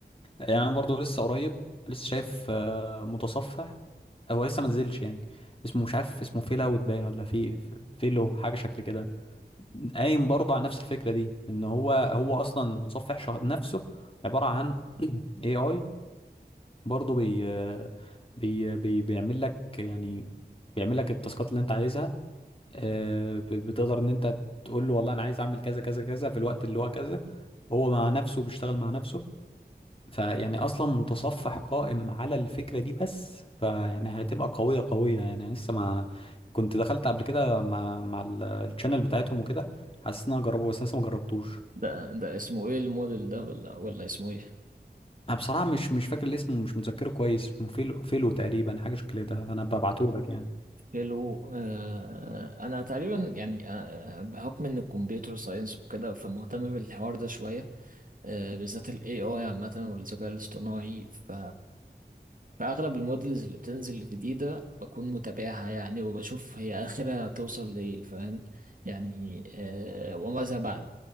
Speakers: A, on the left (about 30°); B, on the right (about 50°).
A: يعني انا برضه لسه قريب لسه شايف آه، متصفح هو لسه ما نزلش يعني اسمه مش عارف اسمه فيل اوت باين ولا في فيلو حاجه شكل كده قايم برضه على نفس الفكرة دي ان هو هو اصلا المتصفح شهر نفسه عبارة عن <clears throat> اي اي برضه بي بي بي بيعمل لك يعني بيعمل لك التاسكات اللي انت عايزها آه، ب- بتقدر ان انت تقول له والله انا عايز اعمل كذا كذا كذا في الوقت اللي هو كذا هو مع نفسه بيشتغل مع نفسه فيعني اصلا متصفح قائم على الفكره دي بس فيعني هتبقى قويه قويه يعني لسه ما كنت دخلت قبل كده مع مع ال- الشانل بتاعتهم وكده حاسس ان انا اجربه بس لسه ما جربتوش
B: ده ده اسمه ايه الموديل ده ولا ولا اسمه ايه
A: انا بصراحه مش مش فاكر الاسم ومش متذكره كويس اسمه فيلو فيلو تقريبا حاجه شكل ده فانا ببعته لك يعني
B: هيلو آه انا تقريبا يعني آه بحكم ان الكمبيوتر ساينس وكده فمهتم بالحوار ده شوية آه، بالذات ال AI عامة والذكاء الاصطناعي ف فأغلب المودلز اللي بتنزل الجديدة بكون متابعها يعني وبشوف هي آخرها توصل لإيه فاهم يعني آه وماذا بعد